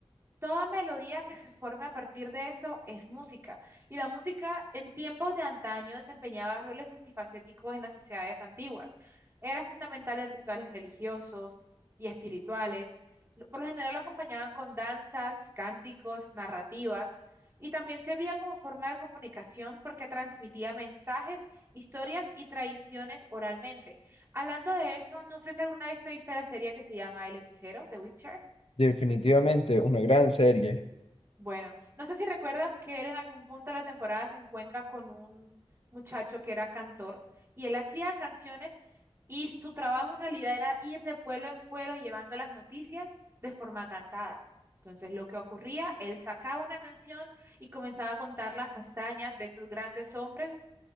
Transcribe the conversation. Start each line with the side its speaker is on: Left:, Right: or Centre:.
Right: Toda melodía que se forme a partir de eso es música. Y la música en tiempos de antaño desempeñaba roles multifacéticos en las sociedades antiguas. Era fundamental en rituales religiosos y espirituales. Lo- Por lo general lo acompañaban con danzas, cánticos, narrativas. Y también servía como forma de comunicación porque transmitía mensajes, historias y tradiciones oralmente. Hablando de eso, no sé si alguna vez te viste la serie que se llama El Hechicero, The Witcher.
Left: Definitivamente una gran serie. <laughs>
Right: Bueno, no sé si recuerdas que él en algún punto de la temporada se encuentra con un muchacho que era cantor y él hacía canciones y su trabajo en realidad era ir de pueblo en pueblo llevando las noticias de forma cantada. Entonces lo que ocurría, él sacaba una canción y comenzaba a contar las hazañas de sus grandes hombres